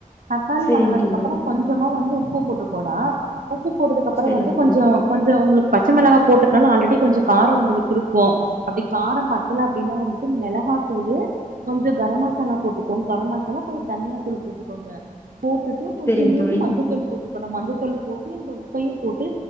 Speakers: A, on the right (about 75°); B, on the left (about 15°).
A: தக்காளி
B: சரிங்க
A: பண்ணுனதுக்கப்பற
B: தோழி,
A: கொஞ்சமா வந்து உப்பு போட்டுக்கோடா உப் உப்பு போட்டதுக்கப்பற
B: சரிங்க
A: வந்து கொஞ்சோ
B: தோழி,
A: கொஞ்சோ உங்களுக்கு பச்ச மெளகா போட்ருக்னால ஆல்ரெ டி கொஞ்ச கார உங்களுக்கு இருக்கு அப்டி கார பத்தல அப்டினா வந்துட்டு மெளகாத்தூளு கொஞ்ச கர மசாலா போட்டுக்கோங் கர மசாலா கொஞ்ச தனியா தூள் போட்டுக்கோங்க போட்டுட்டு கொஞ்ச
B: சரிங்க
A: நூண்டு
B: தோழி.
A: மஞ்சத்தூள் போட்டுக்கடா மஞ்சத்தூள் போட்டு இந்த உப்பையு போட்டு